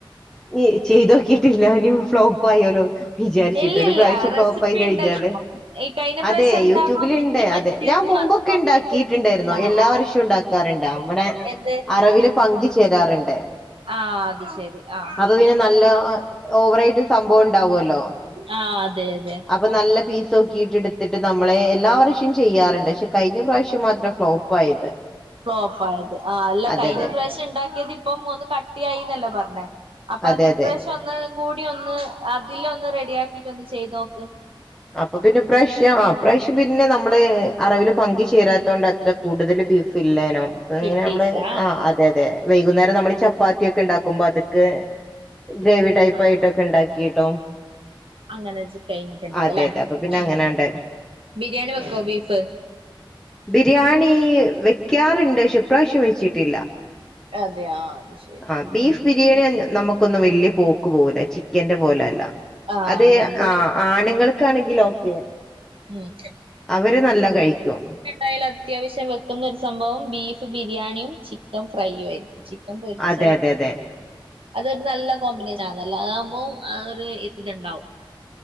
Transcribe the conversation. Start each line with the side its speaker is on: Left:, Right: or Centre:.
Centre: ഈ, ചെയ്ത് നോക്കീട്ടില്ല. ഇനി ഫ്ലോ പ്പായാലോ വിചാരിച്ചിട്ട്
Right: ഇല്ലില്ല
Centre: ഒരു പ്രാവശ്യം
Right: റെസിപ്പി
Centre: ഫ്ലോപ്പായി കഴിഞ്ഞാല്,
Right: ഇണ്ടല്ലോ ഈ കഴിഞ്ഞ പ്രാവശ്യം
Centre: അതേ
Right: എന്താണോ
Centre: യൂട്യൂബില്
Right: തെറ്റ്
Centre: ഇണ്ടേ
Right: പറ്റിയത്
Centre: അ അതേ, ഞാൻ മുമ്പൊക്കെ
Right: അത് ഒന്ന്
Centre: ഉണ്ടാക്കീട്ടുണ്ടാരുന്നു.
Right: വെച്ച് കൊടുത്താ മതി
Centre: എല്ലാ വർഷവും ഉണ്ടാക്കാറുണ്ട്. അവിടെ
Right: എന്ത്
Centre: അറവില് പങ്ക് ചേരാറുണ്ട്.
Right: ആ, അത് ശരി. ആഹ്
Centre: അപ്പോ പിന്നെ നല്ലാ ഓവറായിട്ട് സംഭവം ഉണ്ടാവല്ലോ അപ്പോ
Right: ആഹ് അതെ അതെ
Centre: അപ്പോ, നല്ല പീസ് നോക്കീട്ടെടുത്തിട്ട് നമ്മളേ എല്ലാവരും ഷെ ക്കും ചെയ്യാറുണ്ട്. പക്ഷേ കഴിഞ്ഞ പ്രാവശ്യം മാത്രാ ഫ്ലോപ്പ് ആയത്.
Right: ഫ്ലോപ്പ് ആയത്. ആ, അല്ല
Centre: അതെ
Right: കഴിഞ്ഞ
Centre: അതെ
Right: പ്രാവശ്യം ഉണ്ടാക്കിയത് ഇപ്പം ഒന്ന് കട്ടിയായിന്നല്ല പറഞ്ഞേ അപ്പോ
Centre: അതെ
Right: അത് ഇപ്രാവശ്യം
Centre: അതെ
Right: ഒ ഒന്ന് കൂടി, ഒന്ന് അതിൽ ഒന്ന് റെഡി ആക്കീട്ട് ഒന്ന് ചെയ്ത് നോക്ക്
Centre: അപ്പോ പിന്നെ ഇപ്രാവശ്യം ആ, പ്രാവശ്യം പിന്നെ നമ്മൾ അറവിൽ പങ്ക് ചേരാത്ത കൊണ്ട് അത്ര കൂടുതൽ ബീഫ് ഇല്ലനും, ഇപ്പോ
Right: കിട്ടിയിട്ടില്ല
Centre: ഇങ്ങനെ ഇമ്മള് ആ, അതെ, അതെ. വൈകുന്നേരം നമ്മൾ ചപ്പാത്തിയൊക്കെ ഉണ്ടാക്കുമ്പോ അതുക്ക്‌ ഗ്രേവി ടൈപ്പായിട്ടൊക്കെ
Right: ആഹ്
Centre: ഉണ്ടാക്കീട്ടോ
Right: അങ്ങനെ ച് കൈഞ്ഞിട്ടുണ്ടാവും
Centre: അതെ
Right: അല്ലേ,
Centre: അതെ അപ്പൊ പിന്നെ
Right: ഉം.
Centre: അങ്ങനാണ്ട്
Right: ബിരിയാണി വെക്കുവോ ബീഫ്?
Centre: ബിരിയാണീ വെയ്ക്കാറുണ്ട്. പക്ഷേ ഇപ്രാവശ്യം വെച്ചിട്ടില്ലാ.
Right: അതെയോ അത് ശരി
Centre: ആ, ബീഫ്
Right: ഉം
Centre: ബിരിയാണി തന്ന നമ്മ ക്കൊന്ന് വെല്യ പോക്ക് പോല. ചിക്കന്റെ പോലല്ലാ
Right: ആഹ്
Centre: അതേ
Right: നമ്മള്
Centre: ആ, ആ നീങ്ങൾ കണങ്കിലോ? ഓക്കേ,
Right: ഉം
Centre: അവര് നല്ലാം കഴിക്കും.
Right: ആയാൽ അത്യാവശ്യം വെക്കുന്ന ഒരു സംഭവം ബീഫ് ബിരിയാണിയും ചിക്കൻ ഫ്രൈയ്യും ആയിരിക്കും. ചി ക്കം പൊരിച്ചത്.
Centre: അതെ അതെ അതെ
Right: അതൊരു നല്ല കോമ്പിനേഷൻ ആന്നല്ലോ, അതാകുമ്പോ ആ ഇത് ഇതിൽണ്ടാവും.